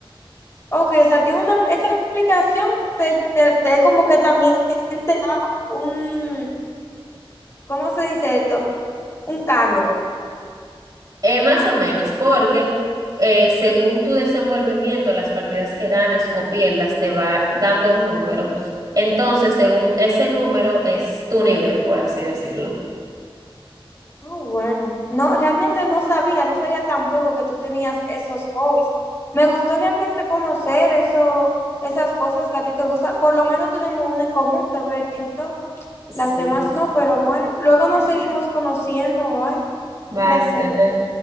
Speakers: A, on the left; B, on the right.
A: Ok, o sea, tiene una, esa aplicación te, te, te como que también te da un, ¿cómo se dice esto? Un cargo.
B: Eh, más o menos, porque eh, según tu desenvolvimiento, las partidas que ganes o pierdas te va dando un número. Entonces, según ese número es tu nivel, por así decirlo.
A: Ah, bueno. No, realmente no sabía, no sabía tampoco que tú tenías esos hobbies. Me gustó realmente conocer eso, esas cosas que a ti te gustan. Por lo menos tenemos una en común que ver TikTok.
B: Sí.
A: Las demás no, pero bueno, luego nos <laughs> seguimos conociendo, bye.
B: Bye,
A: Placer.
B: cuídate.